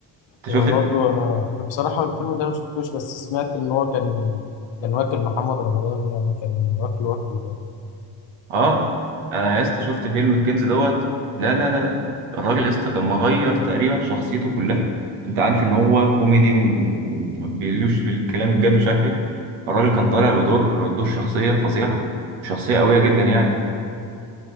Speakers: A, on the right (about 75°); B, on the left (about 60°).
A: انت
B: وبرضه
A: شفت
B: انا بصراحة الفيلم ده انا مشفتوش بس سمعت ان هو كان كان واكل محمد رمضان يعني كان واكله واكله
A: اه انا يا اسطى شفت فيلم الكنز دوت لا لا لا الراجل يا اسطى كان مغير تقريبا شخصيته كلها انت عارف ان هو كوميدي وما بيقولوش في الكلام الجد ومش عارف ايه الراجل كان طالع بدور دور شخصيه فظيعه شخصيه قويه جدا يعني